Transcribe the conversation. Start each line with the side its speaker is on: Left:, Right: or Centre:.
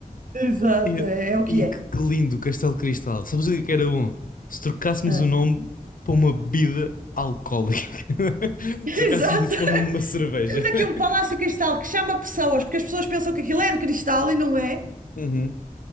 Right: Exato,
Left: E,
Right: é, é o que
Left: e
Right: é.
Left: que, que lindo Castelo Cristal. Sabes o que é que era bom? Se trocássemos
Right: É.
Left: o nome para uma bebida alcoólica. <laughs>
Right: <laughs> Exato.
Left: Se trocássemos isso para o nome de uma cerveja.
Right: Temos aqui
Left: <laughs>
Right: um Palácio de Cristal que chama pessoas, porque as pessoas pensam que aquilo é de cristal e não é.
Left: Uhum.